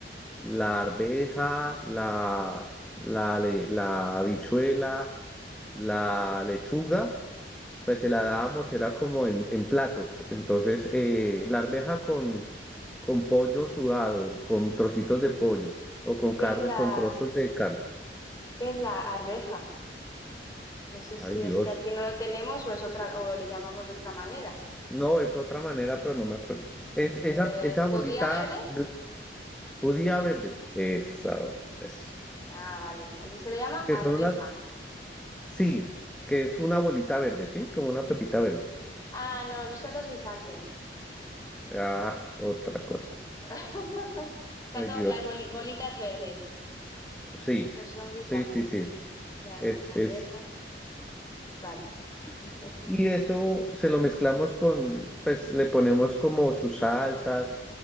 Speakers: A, in the centre; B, on the left.
A: la arveja, la, la, le- la habichuela, la lechuga, pues se la dábamos, era como en, en platos. Entonces, eh, la arveja con, con pollo sudado, con trocitos de pollo o con
B: ¿Qué
A: carne,
B: es la,
A: con trozos de carne.
B: qué es la arveja? No sé si
A: Ay, Dios.
B: es que aquí no lo tenemos o es otra, o le llamamos de otra manera.
A: No, es otra manera, pero no me acuerdo. Es esa,
B: Eh,
A: esa bolita
B: ¿judía verde?
A: bl- judía
B: No.
A: verde. Esa. es-
B: Ah, vale. Allí se le llama
A: Que
B: arveja.
A: son unas, sí, que es una bolita verde, ¿sí? Como una pepita verde.
B: Ah, no, esos son los guisantes.
A: Ah, es otra cosa.
B: <laughs> Estas
A: Ay,
B: son
A: Dios.
B: las boli- bolitas verdes.
A: Sí,
B: Estos son guisantes.
A: sí, sí, sí.
B: Vale,
A: Es,
B: arveja.
A: es.
B: Vale.
A: Y
B: <laughs>
A: y eso se lo mezclamos con, pues le ponemos como sus salsas.